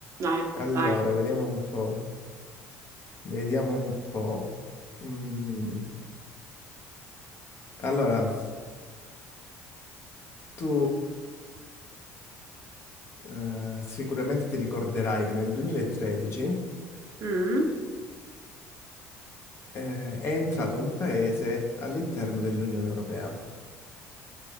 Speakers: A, on the right; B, on the left.
A: Vai,
B: Allora,
A: vai.
B: vediamo un po'. Vediamo un po'. Mm, Allora, tu eh, sicuramente ti ricorderai che nel 2013
A: Mm?
B: eh, è entrato un paese all'interno dell'Unione Europea.